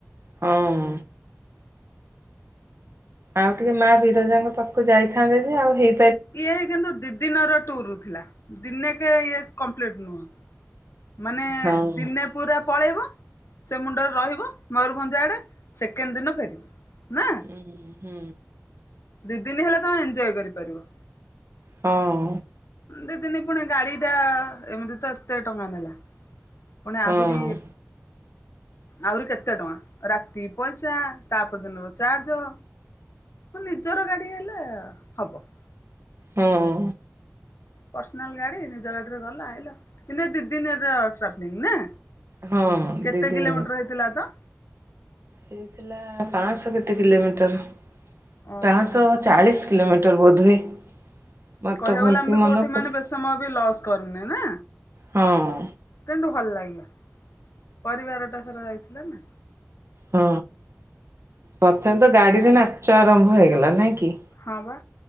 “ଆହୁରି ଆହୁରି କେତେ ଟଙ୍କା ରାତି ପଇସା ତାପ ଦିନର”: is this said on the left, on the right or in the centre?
Left